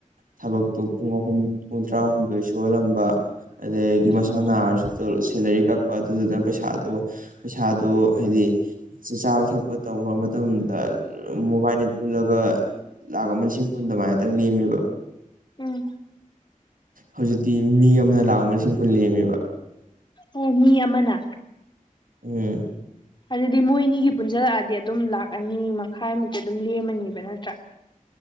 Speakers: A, on the right; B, on the left.
A: ꯊꯕꯛꯇꯣ ꯄꯨꯡ ꯑꯍꯨꯝ ꯄꯨꯡ ꯇꯔꯥꯍꯨꯝꯗꯣꯏ ꯁꯨꯍꯜꯂꯝꯕ ꯑꯗꯒꯤ ꯃꯁꯥ
B: ꯎꯝ
A: ꯅꯥꯔꯁꯨ ꯁꯦꯂꯔꯤ ꯀꯛꯄ ꯑꯗꯨꯗꯨꯅ ꯄꯩꯁꯥꯗꯣ ꯄꯩꯁꯥꯗꯣ ꯍꯥꯏꯗꯤ ꯆꯥꯕ ꯊꯛꯄ ꯇꯧꯈ꯭ꯔ ꯃꯇꯝꯗ ꯃꯣꯕꯥꯏꯅꯤ ꯄꯨꯜꯂꯒ ꯂꯥꯛ ꯑꯃ ꯂꯤꯁꯤꯡ ꯀꯨꯟ ꯗꯨꯃꯥꯏꯇꯪ ꯂꯦꯝꯃꯦꯕ
B: ꯎꯝ
A: ꯍꯧꯖꯤꯛꯇꯤ ꯃꯤ ꯑꯃꯅ ꯂꯥꯛ ꯑꯃ ꯂꯤꯁꯤꯡ ꯀꯨꯟ ꯂꯦꯝꯃꯦꯕ
B: ꯑꯣ ꯃꯤ ꯑꯃꯅ
A: ꯎꯝ
B: ꯑꯗꯨꯗꯤ ꯃꯣꯏ ꯑꯅꯤꯒꯤ ꯄꯨꯟꯖꯜꯂꯛꯑꯗꯤ ꯑꯗꯨꯝ ꯂꯥꯛ ꯑꯅꯤ ꯃꯈꯥꯏꯃꯨꯛꯇꯤ ꯑꯗꯨꯝ ꯂꯦꯝꯃꯅꯤꯕ ꯅꯠꯇ꯭ꯔꯥ